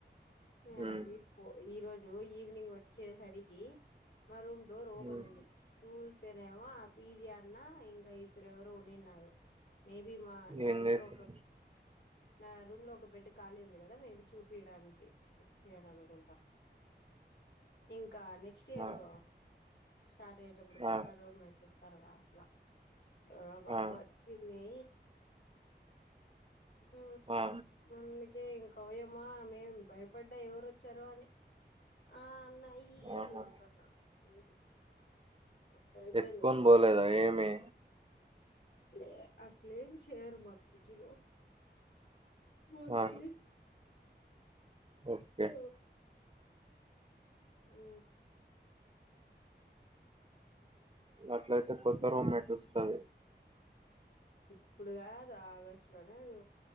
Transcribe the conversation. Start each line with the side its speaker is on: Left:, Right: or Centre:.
Left: ఇంగవి
Right: ఉమ్
Left: ఫో ఈరోజు ఈవినింగ్ వొచ్చేసరికి మా రూమ్ డోర్ ఓపనుంది
Right: ఉమ్
Left: చూస్ స్తే నేమొ ఆ పిజీ అన్న ఇంగ ఇద్దురెవరో ఉన్నిన్నారు మేబీ మా నా
Right: ఏం
Left: రూమ్
Right: చేస్తావ్
Left: లో ఒక నా రూమ్ లో ఒక బెడ్ ఖాళీ ఉంది గదా మేబీ చూపిడాన్కి వొచ్చారనుకుంటా ఇంక నెక్స్టి యరు
Right: ఆ
Left: స్టార్టయ్యేటప్పుడు కొత్తారు
Right: ఆ
Left: మ్యాచొస్తారు గా అట్ల ఎవరో బాప
Right: ఆ
Left: వచ్చింది ఊ
Right: ఆ
Left: మందుకే ఇంక ఓయప్ ఆ మేం భయపడ్డా ఎవరొచ్చారో అని ఆ అన్న ఈ
Right: ఆహా
Left: అన్ నవ్వుతన్నాడు చూసి కలిపోన్నా
Right: ఎత్తుకొని
Left: పారూ
Right: పోలేదా ఏమి
Left: <inaudible> లే అట్లెం చేయరు మా పీజీలో మోస్ట్లీ
Right: ఆ ఓకే
Left: ఆ ఆ
Right: అట్లయితే కొత్త రూమెట్ వస్తది
Left: ఇప్పుడు కాదు ఆగస్టు లోనే అది